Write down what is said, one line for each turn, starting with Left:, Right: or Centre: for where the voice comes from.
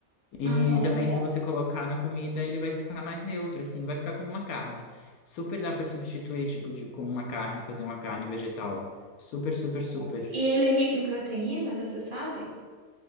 Left: E
Right: uhum.
Left: também se você colocar na comida, ele vai ficar mais neutro, assim, vai ficar como uma carne. Super dá pra substituir, tipo, de, como uma carne, fazer uma carne vegetal. Super, super, super.
Right: É, E ele é rico em proteína, você sabe?